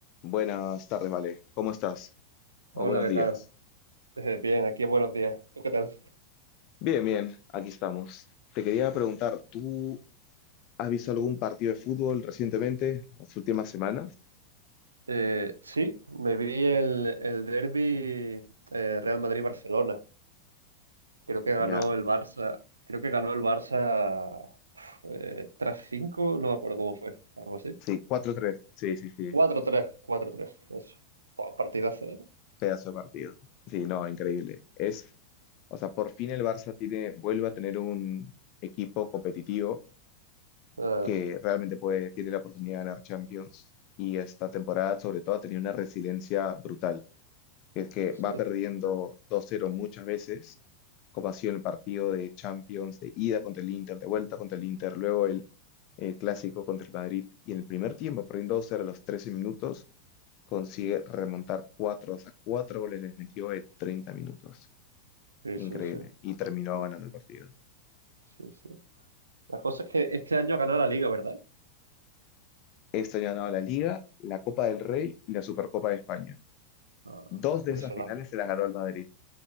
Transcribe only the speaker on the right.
Hola,
¿qué
tal? Eh, bien, aquí buenos días. ¿Tú qué tal?
Eh, sí, me vi el, el derbi Real Madrid-Barcelona. Creo que ganó
el Barça. Creo que ganó el Barça pf, eh, 3-5, no me acuerdo cómo fue, algo así.
Cuatro tres. Cuatro tres. eso. Buah, Partidazo, ¿eh?
Ah,
sí,
sí,
sí, sí,
sí, sí. La cosa es que este año ha ganado la Liga, ¿verdad?
Ah,
sí,
me sonaba.